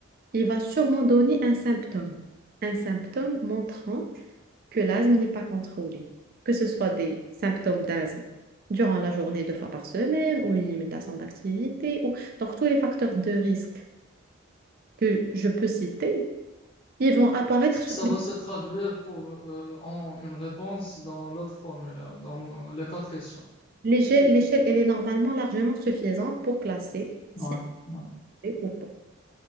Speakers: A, on the right (about 45°); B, on the left (about 30°).
A: il va sûrement donner un symptôme. Un symptôme montrant que l'asthme n'est pas contrôlé, que ce soit des symptômes d'asthme durant la journée deux fois par semaine ou une limitation d'activité, ou... donc tous les facteurs de risque que je peux citer, ils vont apparaître
B: Ça
A: sur
B: va se traduire pour euh, en une réponse dans l'autre formulaire, dans les quatre questions.
A: l'échelle, l'échelle, elle est normalement largement suffisante pour classer si
B: Ouais, ouais,
A: c'est ou pas.